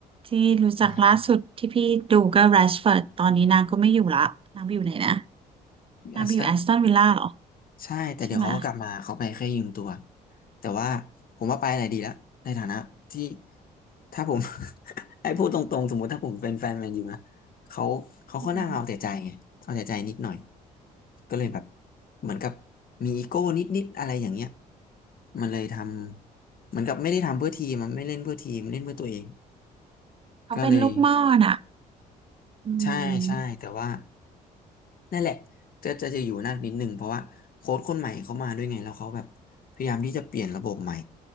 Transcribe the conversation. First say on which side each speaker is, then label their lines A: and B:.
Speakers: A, on the right (about 25°); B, on the left (about 45°).
A: ที่รู้จักล่าสุดที่พี่ดูก็
B: อ่า
A: r ร s ฟอร์ดตอนนี้นางก็ไม่อยู่ละนางไปอยู่ไหนนะ
B: อาร์เซนอล
A: นางไปอยู่แอสตันวิลล่าเหรอ
B: ใช่แต่เดี๋ยวเขาก็กลับมาเขาไปแค่ยืมตัว
A: ใช่ไหม
B: แต่ว่าผมว่าไปอะไรดีแล้วในฐานะที่ถ้าผม <laughs> ไอ้พูดตรงๆสมมุติถ้าผมเป็นแฟนแมนยูนะเขาเขาค่อนข้างเอาแต่ใจไงเอาแต่ใจนิดหน่อย
A: อืม
B: ก็เลยแบบเหมือนกับมีอีโก้นิดๆอะไรอย่างเงี้ยมันเลยทำเหมือนกับไม่ได้ทำเพื่อทีมมันไม่เล่นเพื่อทีมเล่นเพื่อตัวเอง
A: เขาเป็นลูกหม่อน่ะ
B: ก็เลย
A: อื
B: ใช่ใช่แต่ว่า
A: ม
B: นั่นแหละจะจะจะอยู่นั่นนิดนึงเพราะว่าโค้ชคนใหม่เขามาด้วยไงแล้วเขาแบบพยายามที่จะเปลี่ยนระบบใหม่